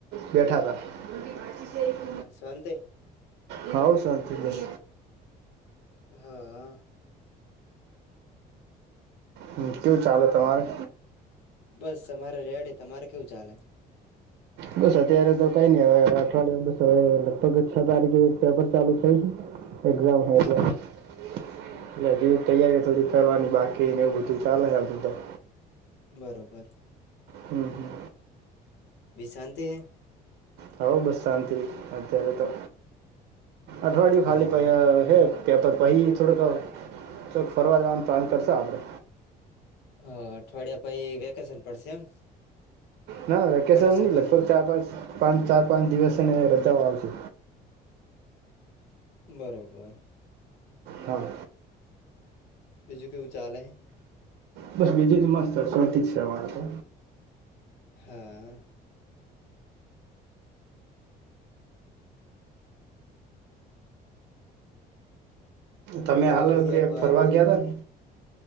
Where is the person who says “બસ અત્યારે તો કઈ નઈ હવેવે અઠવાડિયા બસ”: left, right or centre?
Right